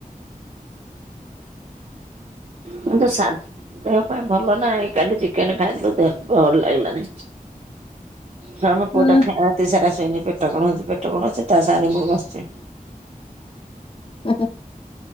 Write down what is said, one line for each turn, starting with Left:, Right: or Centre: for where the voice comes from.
Right: ମୁ ତ ସାଧ୍ ଦେହ ପାଇଁ ଭଲ ନାହିଁ କାଲି ଚିକେନ ଖାଇଥିଲୁ ଦେହ ଭଲ ଲାଗିଲାନି। ହ ମ
Left: ହୁଁ
Right: ପୁଅଟା ଖାଇ ରାତି ସାରା ଶୁଇନି ପେଟ କଣ ହଉଛି ପେଟ କଣ ହଉଛି ତା ସାଙ୍ଗେ ରେ ମୁଁ ବସିଛି।
Left: ଉଁ ହୁଁ